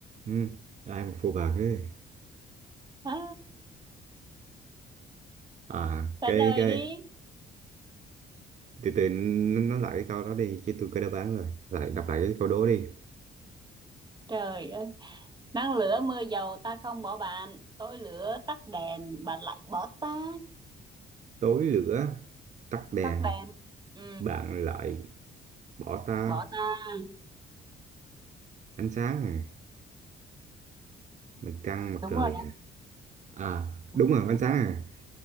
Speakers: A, on the right; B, on the right.
A: ừ. ai mà phụ bạc thế
B: À,
A: à
B: trả
A: cái
B: lời
A: cái
B: đi.
A: từ từ n- nói lại cái câu đó đi chứ tôi có đáp án rồi lại đọc lại cái câu đố đi
B: Trời ơi. Nắng lửa mưa dầu ta không bỏ bạn, tối lửa tắt đèn bạn lại bỏ ta.
A: tối lửa tắt đèn
B: Tắt đèn. Ừ,
A: bạn lại bỏ ta
B: bỏ ta.
A: ánh sáng à mặt trăng mặt
B: Đúng
A: trời
B: rồi đó,
A: à à
B: đúng
A: đúng
B: rồi
A: rồi ánh
B: đó.
A: sáng à